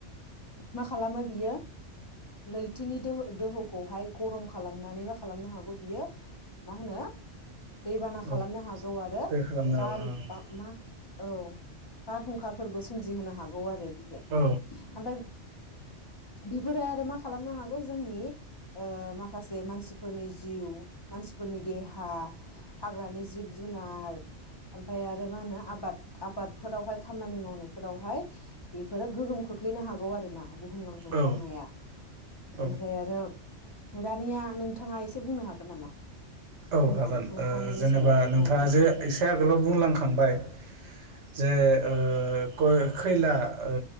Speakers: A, on the left; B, on the right.
A: मा खालामो बियो।
B: <inaudible>
A: लैथोनि दोहो दोहौखौहाय गरम खालामनानै मा खालामनो हागौ बियो। मा होनो। दैबाना
B: औ
A: खालामनो हागौ आरो
B: दै खालामनो
A: बार
B: हागोन
A: ब मा औ। बारहुंखाफोरबो सोमजिहोनो हागौ आरो बियो
B: औ
A: ओमफा य। बेफोरो आरो मा खालामनो हागौ जोंनि। ओ माखासे मानसिफोरनि जिउ मानसिफोरनि देहा हाग्रानि जिब जुन। जुनार ओमफाय आरो मा होनो आबाद। आबादफोरावहाय खामानि मावनायफोरावहाय बेफोरो गोहोम खोख्लैनो हागौ आरो ना। बुहुमनां दुंखावनाया
B: औ औ
A: ओमफ्राय आरो। दानिया नोंथाङा एसे बुंनो हागोन नामा।
B: औ
A: बुहुमनां
B: हागोन
A: दुंखावनायनि
B: ओ जेनेबा
A: सायाव
B: नोंथाङा
A: औ औ
B: जे
A: उम
B: एसे आगोलाव बुंलांखांबाय। जे ओ गयक खैला ओ